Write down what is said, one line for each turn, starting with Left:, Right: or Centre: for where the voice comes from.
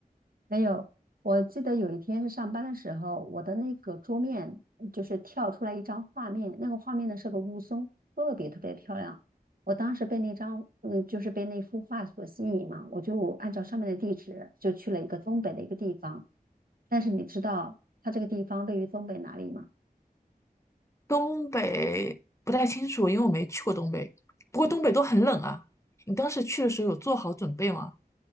Right: 没有，我记得有一天是上班的时候，我的那个桌面就是跳出来一张画面，那个画面呢是个雾凇，特别特别漂亮。我当时被那张，嗯，就是被那幅画所吸引嘛，我就按照上面的地址就去了一个东北的一个地方。但是你知道它这个地方位于东北哪里吗？
Left: 东北不太清楚，因为我没去过东北。不过东北都很冷啊。你当时去的时候有做好准备吗？